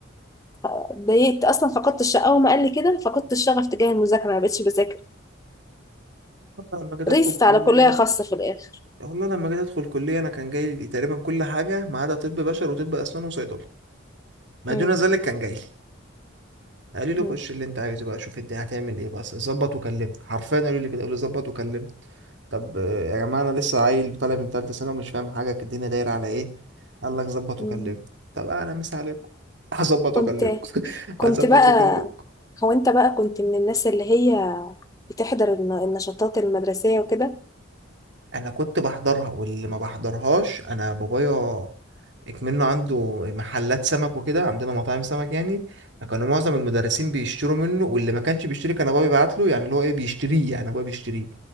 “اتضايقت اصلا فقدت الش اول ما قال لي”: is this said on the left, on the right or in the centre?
Left